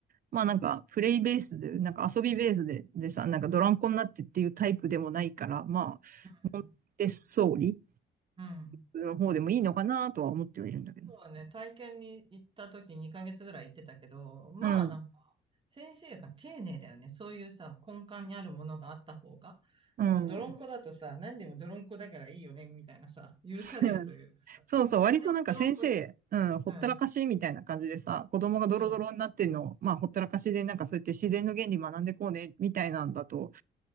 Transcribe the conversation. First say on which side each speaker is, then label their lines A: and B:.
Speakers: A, on the right (about 45°); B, on the right (about 25°).
A: まあなんか、プレイベースで、なんか遊びベースで、でさ、なんかドランコになってっていうタイプでもないから、まあ、不
B: うん、
A: 手総理
B: うん。
A: の方でもいいのかなとは思ってはいるんだけど。
B: そうだね、体験に行った時2ヶ月ぐらい行ってたけど、まあなんか、
A: うん。
B: 先生が丁寧だよね。そういうさ、根幹にあるものがあった方が。
A: うん。
B: なんか泥んこだとさ、何でも泥んこだからいいよね、みたいなさ、許されるというかさ、
A: <laughs> そうそう、
B: 何でも泥んこで、
A: 割となんか先生、うん、ほったらかしみたいな感じでさ、
B: うん、
A: 子供がドロドロになってんのを、
B: そう。
A: まあほったらかしでなんかそうやって自然の原理学んでこうね、みたいなんだと、